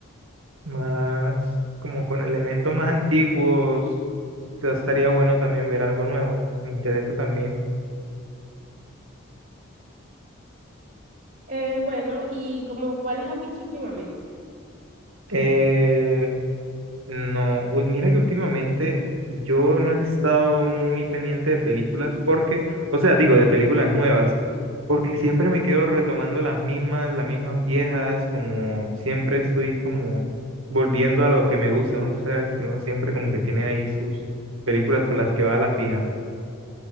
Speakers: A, on the right; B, on the right.
A: más como con elementos más antiguos, pero estaría bueno también ver algo nuevo, me interesa también.
B: Eh, bueno, ¿y como cuáles has visto últimamente?
A: Eh, no, ul- mira que últimamente yo no he estado muy pendiente de películas porque, o sea, digo, de películas nuevas, porque siempre me quedo retomando las mismas, las mismas viejas, como siempre estoy como volviendo a lo que me gusta, ¿no? O sea, es que uno siempre como que tiene ahí sus películas con las que va a la fija.